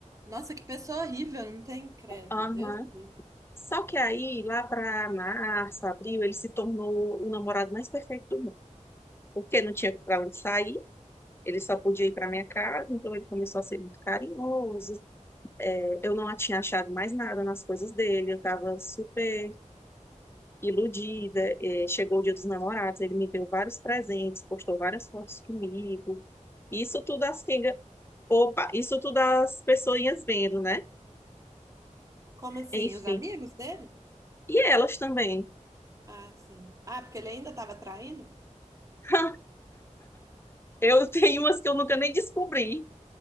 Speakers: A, on the right (about 25°); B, on the left (about 20°).
A: Nossa, que pessoa horrível, não tem credo.
B: Aham.
A: Deus me livre.
B: Só que aí, lá para março, abril, ele se tornou o namorado mais perfeito do porque não tinha para onde sair, ele só podia ir para minha casa, então ele começou a ser muito carinhoso. É, Eu não tinha achado mais nada nas coisas dele, eu estava super iludida. É, Chegou o Dia dos Namorados, ele me deu vários presentes, postou várias fotos comigo. Isso tudo as pingas, opa, isso tudo as pessoinhas vendo, né?
A: Como assim?
B: Enfim.
A: Os amigos dele?
B: E elas também.
A: Ah, sim. Ah, porque ele ainda estava traindo?
B: <laughs> Eu tenho umas que eu nunca nem descobri.